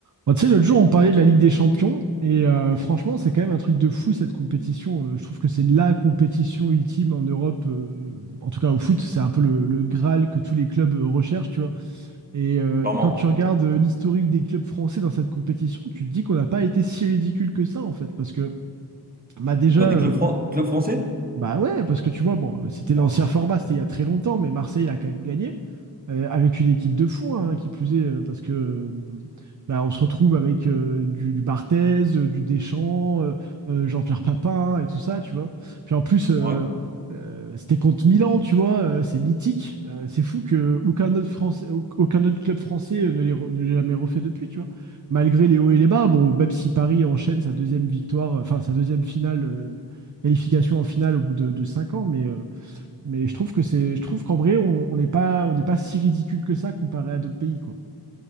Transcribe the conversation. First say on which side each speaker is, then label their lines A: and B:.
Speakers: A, on the right; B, on the right.
A: Bon, tu sais, l'autre jour, on parlait de la Ligue des Champions, et euh, franchement, c'est quand même un truc de fou cette compétition. Euh, je trouve que c'est la compétition ultime en Europe, euh, en tout cas au foot, c'est un peu le, le Graal que tous les clubs euh, recherchent, tu vois. Et, euh,
B: Normand.
A: et quand tu regardes euh, l'historique des clubs français dans cette compétition, tu te dis qu'on n'a pas été si ridicule que ça, en fait, parce que bah, déjà,
B: De quoi,
A: euh,
B: des clubs, fran- clubs français?
A: bah ouais, parce que tu vois, bon, c'était l'ancien
B: Wow.
A: format, c'était il y a très longtemps, mais Marseille a quand même gagné. euh, avec une équipe de fous, hein, qui plus est, euh, parce que euh, bah, on se retrouve avec euh, du, du Barthez, euh, du Deschamps, euh, euh, Jean-Pierre Papin et tout ça, tu vois. Puis en plus, euh,
B: Ouais.
A: euh, c'était contre Milan, tu vois, euh, c'est mythique. Euh, c'est fou que aucun autre Français, au- aucun autre club français euh, ne l'ait re- ne l'ait jamais refait depuis, tu vois. Malgré les hauts et les bas, bon, même si Paris enchaîne sa deuxième victoire, euh, enfin sa deuxième finale euh, qualification en finale au bout de, de 5 ans, mais, euh, mais je trouve que c'est, je trouve qu'en vrai, on n'est pas, on n'est pas si ridicule que ça comparé à d'autres pays, quoi.